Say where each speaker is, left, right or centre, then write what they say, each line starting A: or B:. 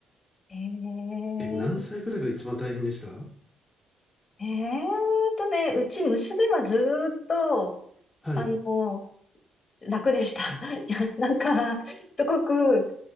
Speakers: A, on the left; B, on the left.
A: ええ
B: え、何歳くらいが一番大変でした
A: えーっとね、うち娘はずーっと、
B: はい。
A: あの、楽でした。<laughs> いや、なんか、すごく、う